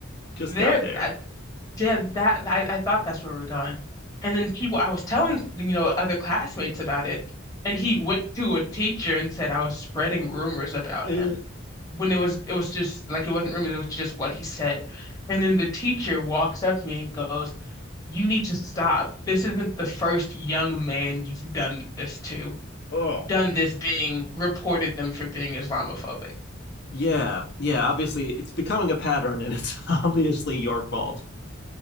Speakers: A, on the left (about 20°); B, on the left (about 55°).
A: there,
B: Just got there.
A: yeah, that I, I thought that's where we were going. And then people, I was telling, you know, other classmates about it, and he went to a teacher and said I was spreading rumors about
B: Uh,
A: him. When it was, it was just like it wasn't rumors, it was just what he said. And then the teacher walks up to me and goes, "You need to stop. This isn't the first young man you've done this to,
B: oh.
A: done this being reported them for being Islamophobic."
B: Yeah, yeah. Obviously, it's becoming a pattern, and it's <laughs> obviously your fault.